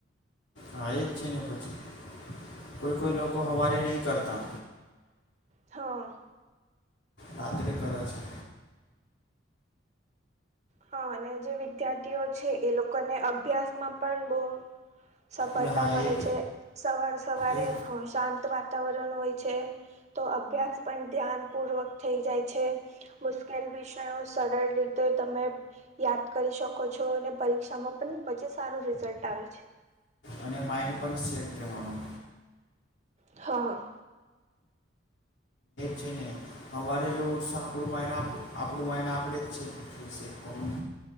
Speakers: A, on the left; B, on the right.
A: હા એ જ છે ને પછી કોઈ કોઈ લોકો હમારે નહીં કરતા
B: હા
A: રાતે કરે છે
B: હા અને જે વિદ્યાર્થીઓ છે એ લોકોને અભ્યાસમાં પણ બહ સફળતા
A: છે હા
B: મળે
A: એ
B: છે સવારે સવારે
A: એ
B: શાંત વાતાવરણ હોય છે તો અભ્યાસ પણ ધ્યાનપૂર્વક થઈ જાય છે મુશ્કેલ વિષયો સરળ રીતે તમે યાદ કરી શકો છો અને પરીક્ષામાં પણ પછી સારું રિઝલ્ટ આવે છે
A: અને માઈન્ડ પણ સેટ <unintelligible> નો
B: હા
A: છે ને અમારે જો ઉત્સાહ આપણું મા આપણું માને આપડે જ છે છે પણ